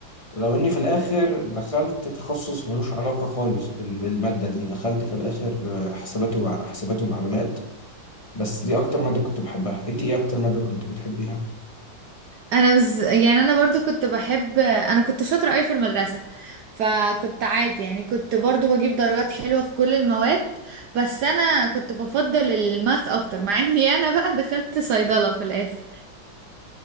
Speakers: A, on the left; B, on the right.
A: لو إني في الآخر دخلت تخصص ملوش علاقة خالص بال- بالمادة دي دخلت في الآخر آه، حسابات وع- حسابات ومعلومات بس دي أكتر مادة كنت بحبها أنت إيه أكتر مادة كنت بتحبيها؟
B: انا بس يعني انا برضو كنت بحب انا كنت شاطره قوي في المدرسه فكنت عادي يعني كنت برضو بجيب درجات حلوه في كل المواد بس انا كنت بفضل الماث اكتر مع اني انا بقى دخلت صيدله في الاخر